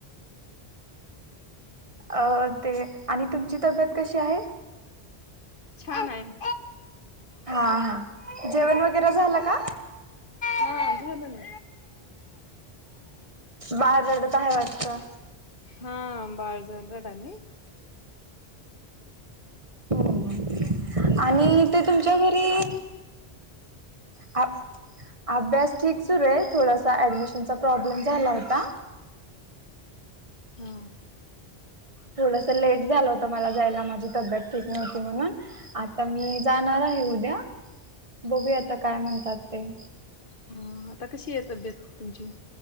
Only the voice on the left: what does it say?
छान हाय.
हा झालं ना.
हा बाळ जरा रडालय.
हम्म
हा आता कशी आहे तब्येत तुमची.